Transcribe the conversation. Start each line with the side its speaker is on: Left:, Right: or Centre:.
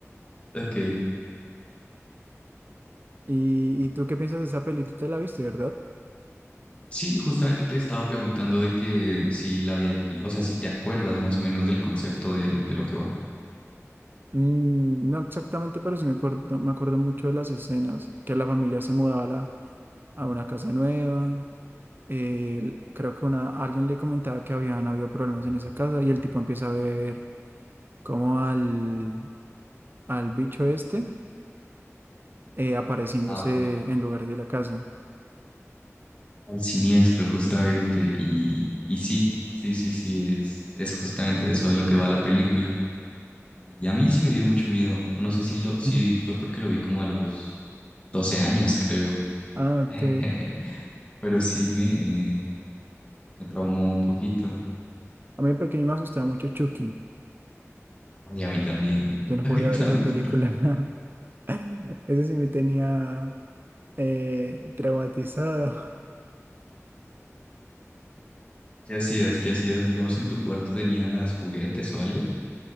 Left: Ok.
Right: ¿Y, y tú qué piensas de esa peli? Tú te la viste, ¿verdad?
Left: Sí, justamente te he estado preguntando de que si la habías, vi- o sea, si te acuerdas más o menos del concepto de, de lo que va.
Right: Mm, No exactamente, pero sí me acuerdo, me acuerdo mucho de las escenas, que la familia se mudaba a, la- a una casa nueva, eh, el- creo que una, alguien le comentaba que habían habido problemas en esa casa y el tipo empieza a ver como al, al bicho este eh, apareciéndose
Left: Ah, ok.
Right: en lugares de la casa.
Left: Al siniestro, justamente. Y, y sí, sí, sí, sí, es, es justamente de eso de lo que va la película. Y a mí sí me dio mucho miedo, o no sé si lo, si
Right: Ujú.
Left: fue porque lo vi como a los 12 años, creo.
Right: Ah, ok.
Left: <laughs> Pero sí me, me traumó un poquito.
Right: A mí de pequeño me asustaba mucho Chucky,
Left: Y a mí también.
Right: yo no
Left: <laughs>
Right: podía
Left: A mí también.
Right: ver esa película. <laughs> Ese sí me tenía eh, traumatizado.
Left: ¿Qué hacías? ¿Qué hacías? Digamos, en tu cuarto tenías juguetes o algo.